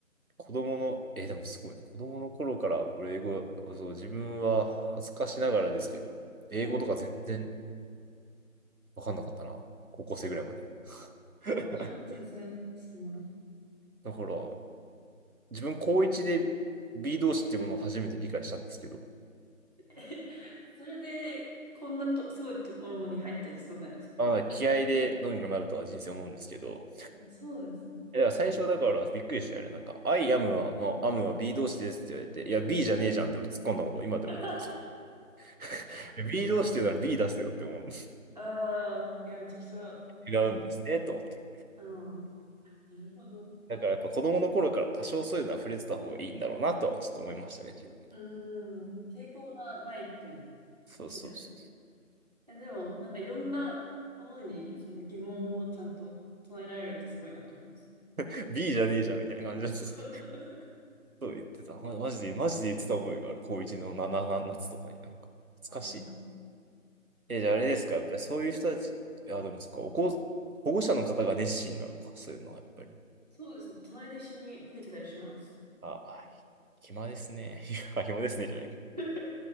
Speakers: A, on the right; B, on the right.
A: 子供の、えー、でもすごいな。子供の頃から俺英語、そう、自分は恥ずかしながらですけど、英語とか全然
B: はい。
A: わかんなかったな。高校生ぐらいまで。<laughs>
B: 私も全然、そんな
A: だから、自分高1で B 動詞っていうものを初めて理解したんですけど、
B: <laughs> それで、こんなと、すごいところに入ってるってすごくないですか
A: ああ、気合でどうにかなるとは人生思うんですけど。
B: そうですね。
A: いや、最初だからびっくりしたよね。なんか、I am は、の am は B 動詞ですって言われて、いや、B じゃねえじゃんって俺突っ込んだことを今でも覚えてます。
B: <laughs>
A: <laughs> いや B 動詞って言うなら B 出せよって思う。
B: ああ、いや、めちゃくちゃ面白い。
A: 違うんですね、と思って。
B: ああ、なるほど。
A: だからやっぱ子供の頃から多少そういうのは触れてた方がいいんだろうなとはちょっと思いましたね、自分。
B: うーん、抵抗がないっていう
A: そうそうそう。
B: 意味では。え、でも、なんかいろんなものにその疑問をちゃんと唱えられるってすごいなと思いますけど。
A: <laughs> B じゃねえじゃんみたいな感じだった。
B: <laughs>
A: そう言ってた。まマジで、マジで言ってた覚えがある。高一のな、な、な、夏とかになんか。懐かしい。
B: ああ、
A: え、じゃああれですか、
B: そ
A: やっぱりそういう人たち、
B: う、はい
A: いや、でもそっか、おこ、保護者の方が熱心なのか、そういうのはやっぱり。
B: そうですね。隣で一緒に受けてたりします。
A: あ、はい。暇ですね。<laughs> いや暇ですね、じゃない。
B: <laughs> ちょっ